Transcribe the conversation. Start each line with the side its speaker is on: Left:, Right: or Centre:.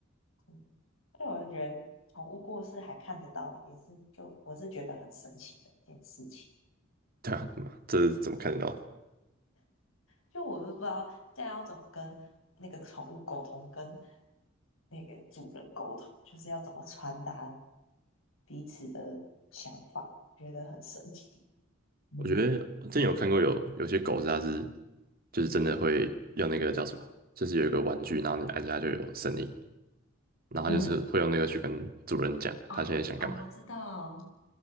Left: 嗯，对我就觉得宠物过世还看得到，也是就我是觉得很神奇的一件事情。
Right: 对啊，怎么这怎么看得到？
Left: 就我都不知道这样要怎么跟那个宠物沟通，跟那个主人沟通，就是要怎么传达彼此的想法，我觉得很神奇。嗯
Right: 我觉得我之前有看过有有些狗是它是就是真的会用那个叫什么，就是有一个玩具，然后你按下就有声音，然后它就是会用那个去跟主人讲它现在想干嘛。
Left: 嗯，哦哦，我知道，